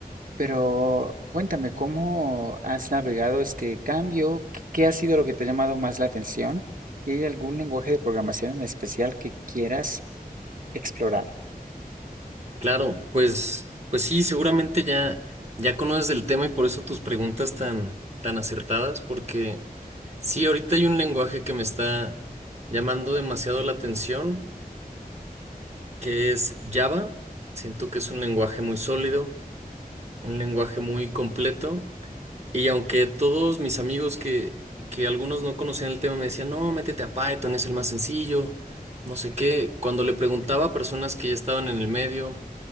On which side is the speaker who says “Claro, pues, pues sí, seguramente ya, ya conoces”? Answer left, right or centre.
Right